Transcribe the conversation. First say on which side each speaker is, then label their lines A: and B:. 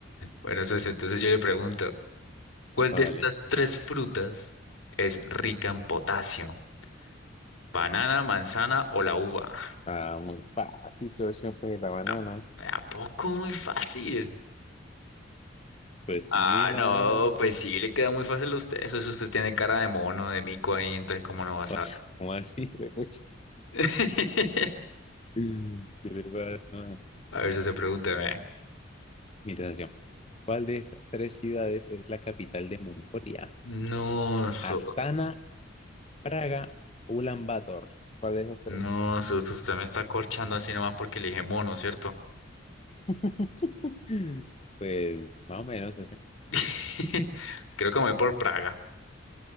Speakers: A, on the left; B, on the left.
A: Bueno, socio, entonces yo le pregunto, ¿cuál
B: Vale.
A: de estas tres frutas es rica en potasio? ¿Banana, manzana o la uva?
B: Ah, muy fácil, socio, pues
A: <laughs>
B: la banana.
A: ¿A, a poco muy fácil?
B: Pues
A: Ah,
B: sí, la
A: no,
B: banana, socio.
A: pues sí, le queda muy fácil a usted. Eso es usted tiene cara de mono, de mico ahí, entonces ¿cómo no va a saber?
B: Oye, ¿Cómo así, güey? Pucha.
A: <laughs>
B: Qué le pasa?
A: A ver, socio, pregúnteme.
B: Mira, socio, ¿Cuál de estas tres ciudades es la capital de Mongolia?
A: No, so,
B: Astana, Praga, Ulan Bator. ¿Cuál de esas tres?
A: no, sos, usted me está corchando así nomás porque le dije mono, ¿cierto?
B: <laughs> Pues más o menos,
A: <laughs> Creo que me voy por Praga.